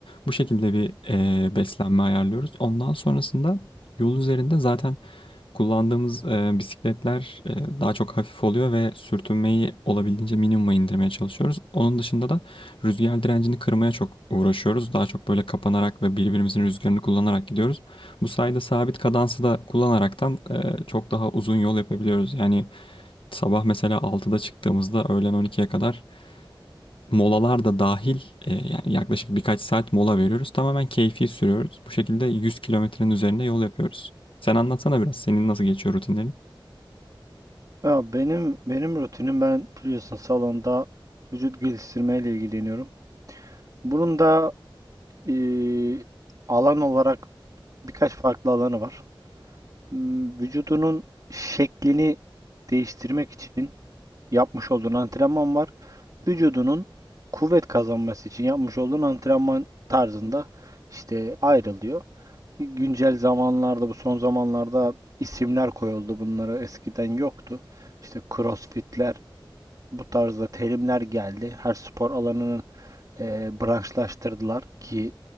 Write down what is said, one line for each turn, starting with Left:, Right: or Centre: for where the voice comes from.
Left: Bu şekilde bir e, beslenme ayarlıyoruz. Ondan sonrasında yol üzerinde zaten Kullandığımız e, bisikletler e, daha çok hafif oluyor ve sürtünmeyi olabildiğince minimuma indirmeye çalışıyoruz. Onun dışında da rüzgar direncini kırmaya çok uğraşıyoruz. Daha çok böyle kapanarak ve birbirimizin rüzgarını kullanarak gidiyoruz. Bu sayede sabit kadansı da kullanaraktan e, çok daha uzun yol yapabiliyoruz. Yani sabah mesela altıda çıktığımızda öğlen on ikiye kadar molalar da dahil e, yani yaklaşık birkaç saat mola veriyoruz. Tamamen keyfi sürüyoruz. Bu şekilde 100 kilometrenin üzerinde yol yapıyoruz. Sen anlatsana biraz senin nasıl geçiyor rutinlerin?
Right: Ya benim benim rutinim ben biliyorsun salonda vücut geliştirmeyle ilgileniyorum. Bunun da ee, alan olarak birkaç farklı alanı var. Hmm, Vücudunun şeklini değiştirmek için yapmış olduğun antrenman var. Vücudunun kuvvet kazanması için yapmış olduğun antrenman tarzında işte ayrılıyor. güncel zamanlarda bu son zamanlarda isimler koyuldu bunlara eskiden yoktu. İşte crossfitler bu tarzda terimler geldi. Her spor alanının eee, branşlaştırdılar ki